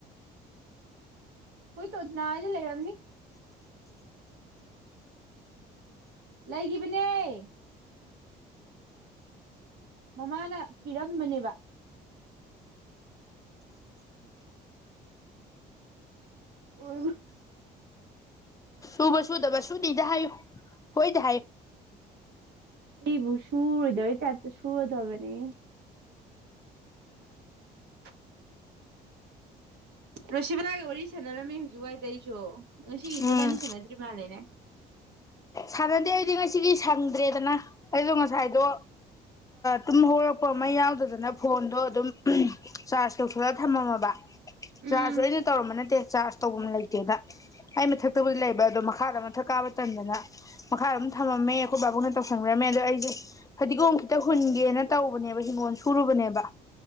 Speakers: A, on the right (about 80°); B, on the left (about 20°).
A: ꯀꯣꯏ ꯇꯣꯗꯅꯥꯗꯤ ꯂꯩꯔꯝꯅꯤ ꯂꯩꯈꯤꯕꯅꯦ ꯃꯃꯥꯅ ꯄꯤꯔꯝꯝꯕꯅꯦꯕ ꯑꯣ
B: ꯇꯕꯨꯕꯁꯨꯗꯕꯥꯁꯨ ꯄꯗꯥ ꯍꯥꯏꯌꯨ ꯍꯣꯏꯗꯦ
A: ꯕꯨ ꯁꯨꯔꯣꯏꯗ ꯇꯇꯣ ꯁꯨꯔꯣꯏꯗꯕ ꯅ <unintelligible> ꯔꯨꯁꯤꯕꯂꯒꯤ ꯋꯥꯔꯤ ꯁꯥꯟꯅꯔꯝꯃꯤ ꯍꯧꯖꯤꯛ ꯋꯥꯏꯗ ꯑꯩꯁꯨ ꯉ ꯁꯤꯒꯤꯅꯤꯕꯅꯤꯁꯅꯗ꯭ꯔꯤ
B: ꯎꯝ
A: ꯃꯥꯂꯦ ꯎ
B: ꯁꯥꯟꯅꯗꯦ ꯑꯩꯗꯤ ꯉꯁꯤꯒꯤ ꯁꯪꯗ꯭ꯔꯦꯗꯅ ꯑꯩꯗꯣ ꯉꯁꯥꯏꯗꯣ ꯇꯨꯝ ꯍꯧꯣꯔꯛꯄ ꯑꯃ ꯌꯥꯎꯗꯗꯅ ꯐꯣꯟꯗꯣ ꯑꯗꯨꯝ ꯆꯥꯔꯖ ꯇꯧꯊꯣꯛꯂꯒ ꯊꯝꯃꯝꯃꯕ ꯁꯥꯥꯁꯨ
A: ꯎꯝ
B: ꯑꯩꯅ ꯇꯧꯔꯝꯕ ꯅꯠꯇꯦ ꯆꯥꯔꯖ ꯇꯧꯕ ꯑꯃ ꯂꯩꯇꯦꯅ ꯑꯩ ꯃꯊꯛꯇꯕꯨꯗꯤ ꯂꯩꯕ ꯑꯗꯣ ꯃꯈꯥꯗ ꯃꯊꯛ ꯀꯥꯕ ꯃꯇꯝꯝꯗꯅ ꯃꯈꯥ ꯑꯗꯨꯝ ꯊꯝꯃꯝꯃꯦ ꯑꯩꯈꯣꯏ ꯕꯥꯕꯨꯡꯅ ꯇꯧꯁꯟꯈ꯭ꯔꯝꯃꯦ ꯑꯗꯣ ꯑꯩꯁꯦ ꯐꯗꯤꯒꯣꯝ ꯈꯤꯇ ꯍꯨꯟꯒꯦꯅ ꯇꯧꯕꯅꯦꯕ ꯍꯤꯡꯒꯣꯜ ꯁꯨꯔꯨꯕꯅꯦꯕ